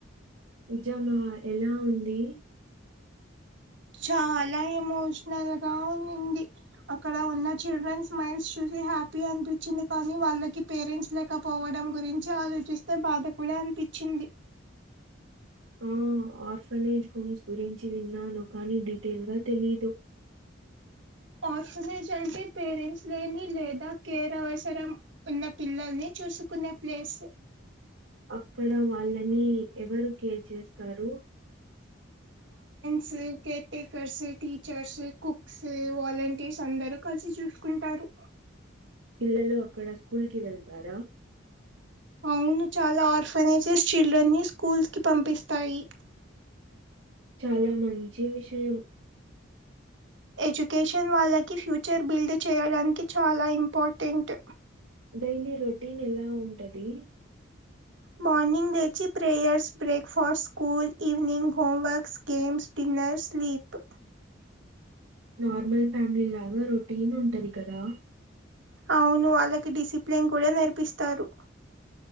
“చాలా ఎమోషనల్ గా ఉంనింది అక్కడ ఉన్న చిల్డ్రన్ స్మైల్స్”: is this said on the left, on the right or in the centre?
Right